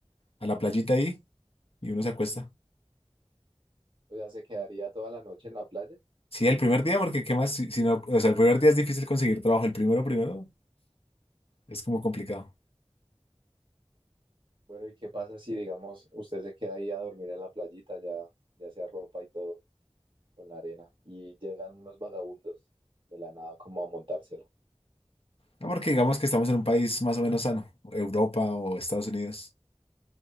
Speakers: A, on the left; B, on the right.
A: a la playita ahí, y uno se acuesta.
B: O sea, se quedaría toda la noche en la playa.
A: Sí, el primer día, porque qué más, si, si no, o sea, el primer día es difícil conseguir trabajo, el primero, primero, es como complicado.
B: Bueno, ¿y qué pasa si, digamos, usted se queda ahí a dormir en la playita, ya, ya se arropa y todo? con la arena y llegan unos vagabundos de la nada como a montársela.
A: No, porque digamos que estamos en un país más o menos sano, Europa o Estados Unidos.